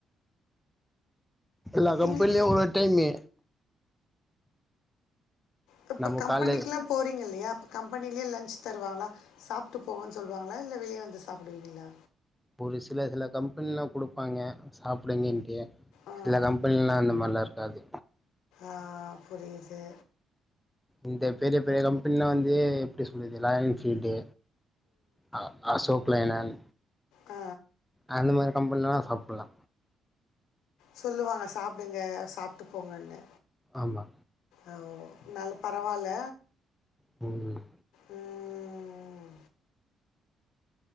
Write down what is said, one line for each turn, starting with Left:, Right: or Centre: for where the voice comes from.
Centre: எல்லா
Left: நீங்கள்
Centre: கம்பென்லியு ஒரு ஒரு டைமெ
Left: குப்ப
Centre: நம்ம
Left: கம்பெனிக்லா
Centre: கால்ல
Left: போறீங்க இல்லையா அப்ப கம்பெனிலியே லன்ச் தருவாங்களா? சாப்ட்டு போங்கன் சொல்வாங்களா இல்ல வெளிய வந்து சாப்டுவிங்களா?
Centre: ஒரு சில சில கம்பென்லா குடுப்பாங்க சாப்டுங்கன்ட்டு.
Left: ஆ
Centre: சில கம்பென்ல்லா அந்த மார்லா இருக்காது.
Left: ஆ புரியுது.
Centre: இந்த பெரிய பெரிய கம்பென்லா வந்து எப்டி சொல்றது லாயல் இன்ஃபீல்டு ஆ அசோக் லைனன்
Left: அ.
Centre: அந்த மாரி கம்பென்ல்லா சாப்பல்லா.
Left: சொல்லுவாங்க சாப்டுங்க சாப்ட்டு போங்கன்னு.
Centre: ஆமா.
Left: ஆ ஓ நல்ல பரவால்ல.
Centre: ம்.
Left: ம்,